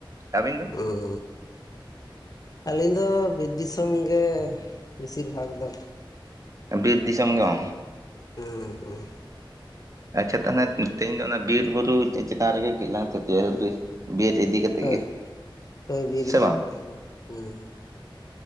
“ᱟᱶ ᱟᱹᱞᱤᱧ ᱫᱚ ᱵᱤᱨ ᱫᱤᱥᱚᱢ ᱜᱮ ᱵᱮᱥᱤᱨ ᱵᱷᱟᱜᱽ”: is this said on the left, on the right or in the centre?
Left